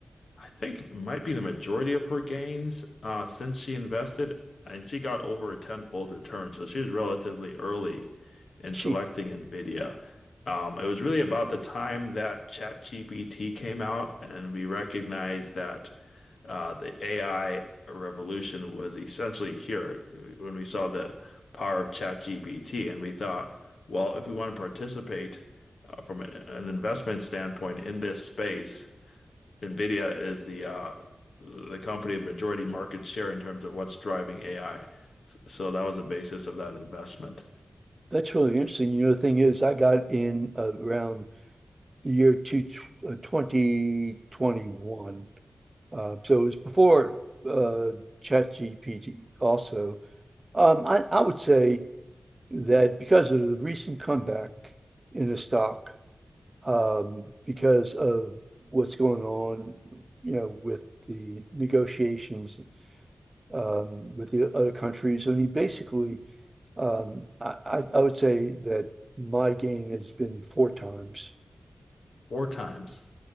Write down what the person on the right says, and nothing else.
Gee,
that's really interesting. You know, the thing is, I got in uh, around the year two, uh, 2021. Uh, so it was before uh, ChatGPT also. Um, I, I would say that because of the recent comeback in the stock, um, because of what's going on, you know, with the negotiations um, with the other countries. I mean, basically, um, I, I I would say that my gain has been four times.